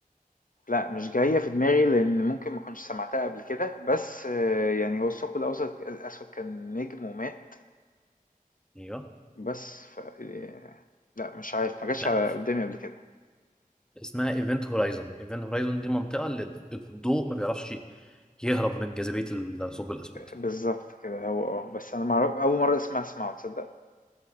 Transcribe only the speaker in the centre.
ايوه
لا
اسمها ايفنت هورايزون ايفنت هورايزون دي المنطقه اللي الضوء ما بيعرفش يهرب من جاذبيه الثقب الاسود